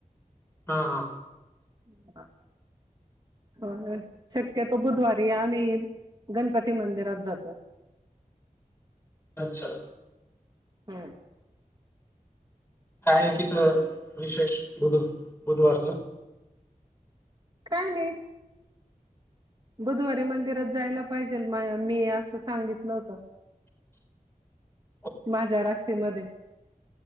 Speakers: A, on the left; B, on the right.
A: हां हां.
B: <inaudible> हो शक्यतो बुधवारी आम्ही गणपती मंदिरात जातो.
A: अच्छा!
B: ह्म.
A: काय तिथं विशेष बुध बुधवारच.
B: काय नाही. बुधवारी मंदिरात जायला पाहिजे म मी असं सांगितलं होतं.
A: <inaudible>
B: माझ्या राशीमध्ये